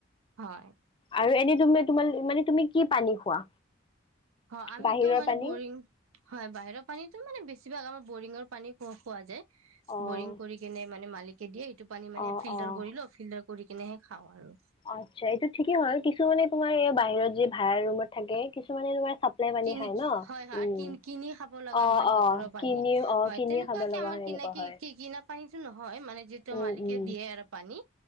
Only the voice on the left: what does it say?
আৰু এনেই তমে, তোমাৰ মানে তুমি কি পানী খোৱা।
বাহিৰৰ
পানী
অ',
অ',
অ'।
আচ্ছা এইটো ঠিকেই হয় আৰু কিছুমানে তোমাৰ এই বাহিৰত য যে ভাড়াৰ ৰুমত থাকে কিছুমানে তোমাৰ, চাপ্লাই পানী
খায় ন?
উম,
অ',
অ',
কিনি অ',
কিনি
খাব লগা
হয়
এনেকুৱা
হয়।
উম,
উম,